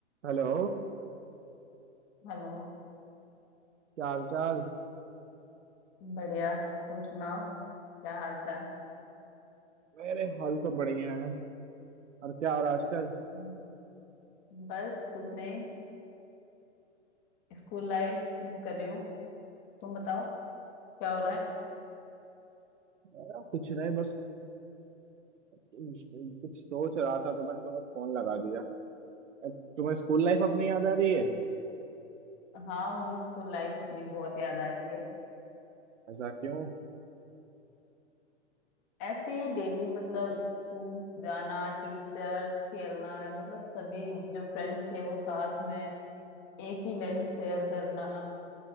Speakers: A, on the right (about 80°); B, on the left (about 35°).
A: Hello
B: Hello
A: क्या हाल चाल
B: बढ़िया तुम सुनाओ क्या हाल चाल
A: मेरे हाल तो बढ़िया है और क्या और आजकल
B: हम्म, बस कुछ नहीं स्कूल लाइफ मिस कर रही हूँ तुम बताओ क्या हो रहा है
A: मेरा कुछ नहीं बस कुछ सोच रहा था तो मैंने तुम्हें फोन लगा दिया अब तुम्हें स्कूल लाइफ अपनी याद आ रही है
B: हाँ मुझे स्कूल लाइफ अपनी बहुत याद आ रही है
A: ऐसा क्यों
B: ऐसे ही डेली मतलब स्कूल जाना टीचर खेलना मतलब सभी जो फ्रेंड्स थे वो साथ में एक ही लंच शेयर करना